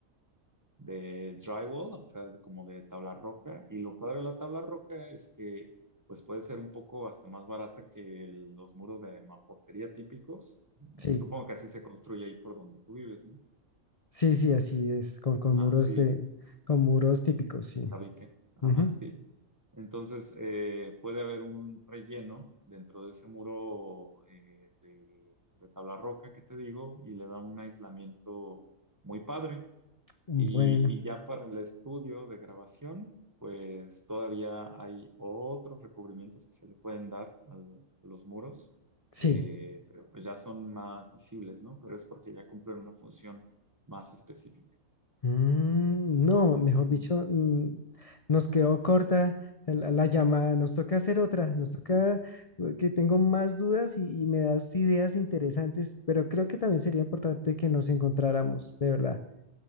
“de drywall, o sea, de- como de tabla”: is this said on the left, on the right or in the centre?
Right